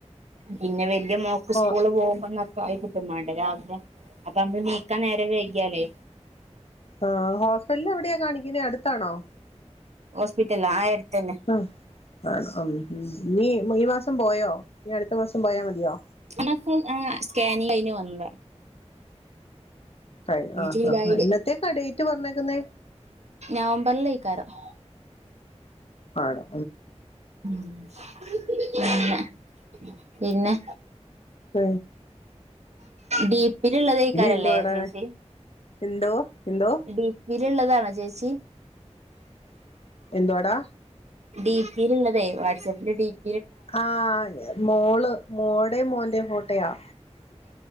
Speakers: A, on the right; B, on the left.
A: പിന്നെ വല്ല്യ മോക്ക്
B: ഹോ
A: സ്കൂള് പോകുമ്പോന്നൊക്കെ ആയികി ട്ടുമാണ്ടേ രാവിലെ അപ്പൊ നമ്മള് നീക്കാൻ നേരം വൈകിയാലേ
B: ആഹ് ഹോസ്പിറ്റൽലെവിടെയാ കാണിക്കുന്നേ അടുത്താണോ
A: ഹോസ്പിറ്റൽലോ ആ എട്ത്തന്നെ
B: ആണോ ആഹ് ഉം ഉം നീ ഈ മാസം പോയോ ഇനി അടുത്ത മാസം പോയാമതിയോ
A: ഈ മാസം ആഹ് സ്കാനിങ്ങ് കയിഞ്ഞ് വന്ന്
B: കഴ് ആ
A: ജൂലൈയില്
B: എന്നത്തേക്കാ ഡേറ്റ് പറഞ്ഞേക്കുന്നേ
A: നവംബറിലേക്കാരോം
B: ആണോ
A: പിന്നെ പിന്നെ
B: ഉ
A: ഡിപ്പില്ള്ളതയ്ക്കാരല്ലേ
B: എന്തുവാടാ
A: ചേച്ചി
B: എന്തോ എന്തോ
A: ഡി പി ഇല്ള്ളതാണോ ചേച്ചി
B: എന്തുആഡാ
A: ഡി പില്ള്ളതെ വാട്ട്സാപ്പിലെ ഡിപി
B: ആഹ മോള് മോടെ മോന്റെ ഫോട്ടോയാ